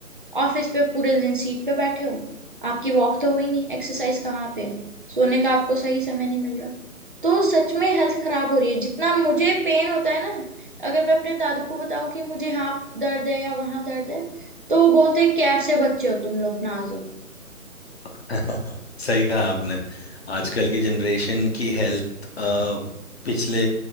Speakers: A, on the right; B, on the left.
A: ऑफिस पे पूरे दिन सीट पे बैठे हो आपकी वॉक तो हुई नहीं एक्सरसाइज कहाँ पे है सोने का आपको सही समय नहीं मिल रहा तो सच में हेल्थ खराब हो रही है जितना मुझे पेन होता है ना अगर मैं अपने दादू को बताऊं कि मुझे यहाँ दर्द है या वहां दर्द है तो वो बोलते हैं, कैसे बच्चे हो तुम लोग नाजुक
B: <laughs> सही कहा आपने आजकल की जनरेशन की हेल्थ पिछले